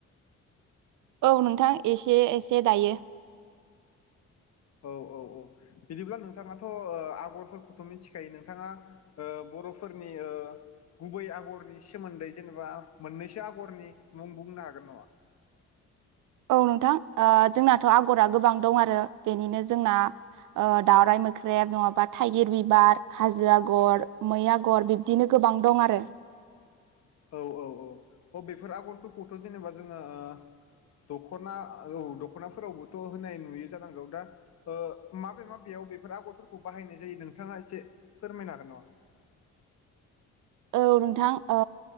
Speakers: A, on the right; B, on the left.
A: औ नोंथां एसे एसे दायो।
B: औ औ औ बिदिब्ला नोंथाङाथ' आगरफोरखौथ' मिथिखायो नोंथाङा बर'फोरनि ओ गुबै आगरनि सोमोन्दै जेनेबा मोननैसो आगरनि मुं बुंनो हागोन नामा?
A: औ नोंथां जोंनाथ' आगरा गोबां दं आरो बेनिनो जोंना दाउरराय मोख्रेब नङाबा थाइगिर बिबार हाजो आगर मै आगर बिदिनो गोबां दं आरो।
B: औ औ औ औ बेफोर आगरफोरखौथ' जेनेबा जोङो ओ दख'ना औ दख'नाफोरावबोथ' होनाय नुयो जानांगौ दा माबे माबेयाव बेफोर आगरफोरखौ बाहायनाय जायो नोंथाङा एसे फोरमायना आरो नङा
A: औ नोंथां अ